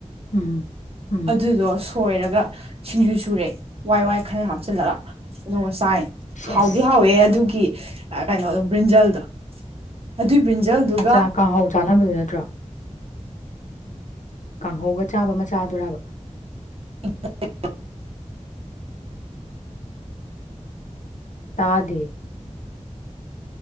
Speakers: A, on the left; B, on the right.
A: ꯎꯝ ꯎꯝ ꯎꯝ
B: ꯑꯗꯨꯗꯣ ꯁꯣꯏꯔꯒ ꯁꯤꯡꯖꯨ ꯁꯨꯔꯦ ꯋꯥꯏ ꯋꯥꯏ ꯈꯔ ꯍꯥꯞꯆꯤꯜꯂꯒ ꯑꯗꯨ ꯉꯁꯥꯏ
A: ꯁꯦꯁ
B: ꯍꯥꯎꯗꯤ ꯍꯥꯎꯋꯦ ꯑꯗꯨꯒꯤ ꯀꯩꯅꯣꯗ ꯕ꯭ꯔꯤꯟꯖꯜꯗꯣ ꯑꯗꯨꯏ ꯕ꯭ꯔꯤꯟꯖꯜꯗꯨꯒ
A: ꯃꯆꯥ ꯀꯥꯡꯍꯧ ꯆꯥꯅꯕꯗꯨ ꯅꯠꯇ꯭ꯔꯣ ꯀꯥꯡꯍꯧꯒ ꯆꯥꯕ ꯃꯆꯥꯗꯨꯔꯕ
B: <unintelligible>
A: ꯇꯥꯗꯦ